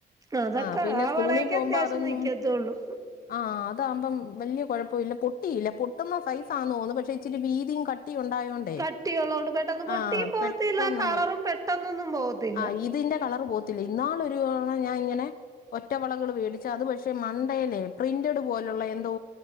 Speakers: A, on the right; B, on the left.
A: അതൊക്കെ
B: ആഹ് പിന്നെ
A: ആ
B: സ്കൂളിൽ
A: വളയെക്കെ
B: പോകുമ്പോ
A: അത്യാവശ്യം
B: അതൊന്നും
A: നിയ്ക്കത്തൊള്ളൂ
B: ആഹ് അതാകുമ്പം വല്യ കൊഴപ്പവില്ല പൊട്ടിയില്ല പൊട്ടുന്ന സൈസാന്ന് തോന്നുന്നു പക്ഷെ ഇച്ചിരി വീതിം കട്ടിയൊണ്ടായകൊണ് ണ്ടെ
A: കട്ടിയുള്ളോണ്ട് പെട്ടെന്ന് പൊട്ടിയും
B: ആഹ്
A: പോവത്തില്ല
B: പെട്ടന്ന്
A: കളറും
B: അങ്ങ്
A: പെട്ടെന്നൊന്നും പോവത്തില്ല
B: ആഹ് ഇതിന്റെ കളറ് പോത് ത്തില്ല ഇന്നാളൊരു തവണ ഞാൻ ഇങ്ങനെ ഒറ്റവളകള് മേടിച്ച് അതുപക്ഷേ മണ്ടെലെ പ്രിന്റഡ് പോലുള്ള എന്തോ